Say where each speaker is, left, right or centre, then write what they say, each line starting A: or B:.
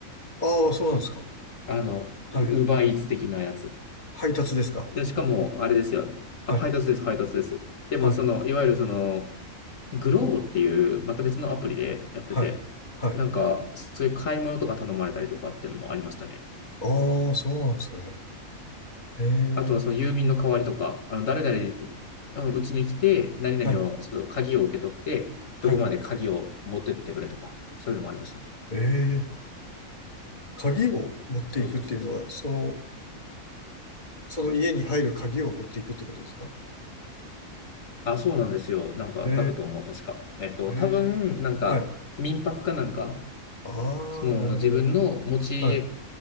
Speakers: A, on the left; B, on the left.
A: ああ、そうなんですか。
B: あの、
A: はい。
B: ウーバーイーツ的なやつ。
A: 配達ですか。
B: で、しかも、あれですよ。
A: はい。
B: あ、配達です、配達です。でも、
A: はい。
B: その、いわゆるその、グローボっていう、また別のアプリでやってて、
A: はい。はい。
B: なんか、
A: あ
B: そういう買い物とか頼まれたりとかっていうのもありましたね。
A: あ、そうなんですかね。え
B: あとはその郵便の代わりとか、
A: え。
B: あの誰々うちに来て、何々を、
A: はい。
B: その鍵を受け取って、
A: はい。
B: どこまで鍵を持ってってくれとか、そういうのもありましたね。
A: ええ。鍵を持っていくっていうのは、
B: そうそうそうそう。
A: その、その家に入る鍵を持っていくってことですか
B: あ、そうなんですよ。なんか、
A: え
B: だったと思う、確か。えっと、
A: え、ええ、
B: 多分、なんか、
A: はい。
B: 民泊かなんか、
A: ああ、
B: その自分の持ち家
A: なるほど。はい、